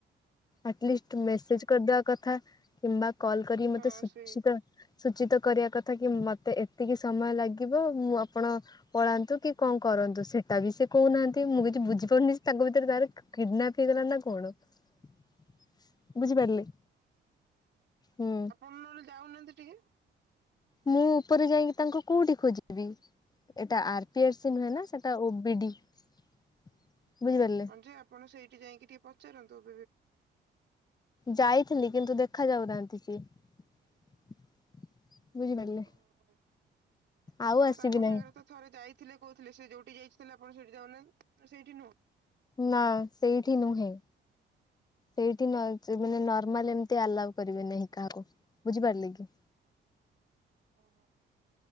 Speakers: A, on the left (about 20°); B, on the right (about 65°).
A: ଆଟଲିଷ୍ଟ
B: ଆଚ୍ଛା
A: ମେସେଜ କରିଦବା କଥା କିମ୍ବା କଲ୍ କରିକି ମତେ
B: ହଁ
A: ସୁଚିତ
B: ସେଇ
A: ସୂଚିତ କରିବା କଥା କି ମତେ ଏତିକି ସମୟ ଲାଗିବ ମୁଁ ଆପଣ ପଳାନ୍ତୁ କି କଣ କରନ୍ତୁ ସେଟା ବି ସେ କହୁନାହାନ୍ତି ମୁଁ କିଛି ବୁଝିପାରୁନି ତାଙ୍କ ଭିତରେ ତାର <unintelligible> ବୁଝିପାରିଲେ ହୁଁ।
B: ହଁ <unintelligible> ଯାଉନାହାନ୍ତି ଟିକେ
A: ମୁଁ ଉପରେ ଯାଇକି ତାଙ୍କୁ କୋଉଠି ଖୋଜିବି ଏଟା ଆର୍ ନୁହେଁ
B: ଆ-
A: ନା ସେଟା ଓ ବି ଡି ବୁଝିପାରିଲେ।
B: ହଁ ଯେ ଆପଣ ସେଇଠି ଯାଇକି ଟିକେ ପଚାରନ୍ତୁ
A: ଯାଇଥିଲି କିନ୍ତୁ ଦେଖ ଯାଉନାହାନ୍ତି ସିଏ ବୁଝିପାରିଲେ
B: ଓହୋ ଆପଣ
A: ଆଉ ଆସିବି
B: ତାଙ୍କ
A: ନାହିଁ
B: ସାଙ୍ଗରେ ତ ଥରେ ଯାଇଥିଲେ କହୁଥିଲେ ସେ ଯୋଉଠି ଯାଇଥିଲେ ଆପଣ ସେଠି ଯାଉନାହା ସେଇଠି ନୁହଁ।
A: ନା ସେଇଠି ନୁହେଁ। ସେଇଠି ମାନେ ନର୍ମାଲ ଏମତି ଆଲାଉ କରିବେ ନାହିଁ କାହାକୁ ବୁଝିପାରିଲେ କି।
B: ଓହୋ।